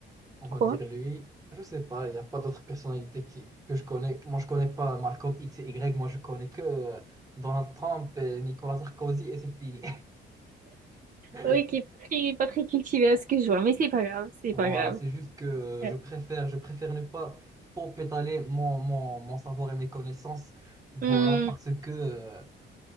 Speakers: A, on the right; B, on the right.
A: on va
B: Quoi?
A: dire lui. Je sais pas, il n'y a pas d'autres personnalités qui... que je connais. Moi, je connais pas Malcolm X et Y. Moi, je connais que euh, Donald Trump et Nicolas Sarkozy et c'est fini. <laughs>
B: Oui, qui est pas très, pas très cultivé à ce que je vois, mais c'est pas grave, c'est
A: Voilà,
B: pas grave.
A: c'est juste que euh,
B: Ouais.
A: je préfère, je préfère ne pas trop étaler mon, mon, mon savoir et mes connaissances. Voilà,
B: Hmm.
A: parce que euh,